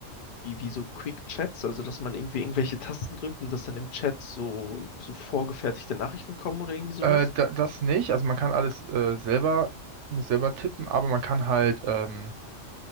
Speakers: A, on the left; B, on the right.
A: wie, wie so Quick Chats, also dass man irgendwie irgendwelche Tasten drückt und dass dann im Chat so, so vorgefertigte Nachrichten kommen oder irgendwie sowas?
B: Äh, da, das nicht. Also man kann alles äh, selber, muss selber tippen, aber man kann halt ähm,